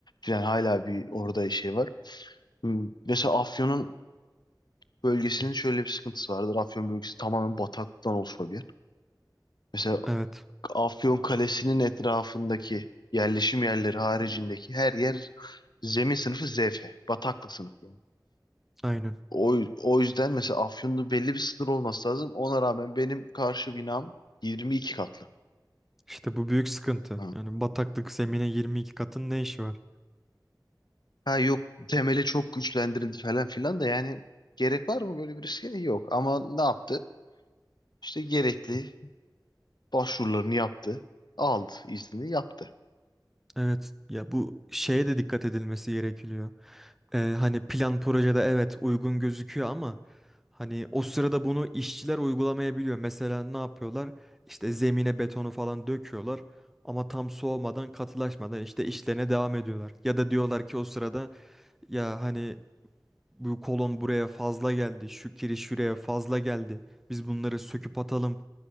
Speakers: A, on the left; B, in the centre.
A: Yani hala bir orada şey var. Hmm. Mesela Afyon'un bölgesinin şöyle bir sıkıntısı vardır. Afyon bölgesi tamamen bataklıktan oluşma bir yer. Mesela
B: evet,
A: Afyon Kalesi'nin etrafındaki yerleşim yerleri haricindeki her yer zemin sınıfı ZF. Bataklık sınıfı yani.
B: aynen.
A: O, o yüzden mesela Afyon'da belli bir sınır olması lazım. Ona rağmen benim karşı binam 22 katlı.
B: İşte bu büyük sıkıntı.
A: Ha,
B: Yani bataklık zemine 22 katın ne işi var?
A: Ha, yok temeli çok güçlendirildi falan filan da yani gerek var mı böyle bir riske? Yok. Ama ne yaptı? İşte gerekli başvurularını yaptı. Aldı iznini yaptı.
B: Evet ya bu şeye de dikkat edilmesi gerekiyor. Ee, hani plan projede evet uygun gözüküyor ama hani o sırada bunu işçiler uygulamayabiliyor. Mesela ne yapıyorlar? İşte zemine betonu falan döküyorlar ama tam soğumadan katılaşmadan işte işlerine devam ediyorlar. Ya da diyorlar ki o sırada ya hani bu kolon buraya fazla geldi, şu kiriş şuraya fazla geldi. Biz bunları söküp atalım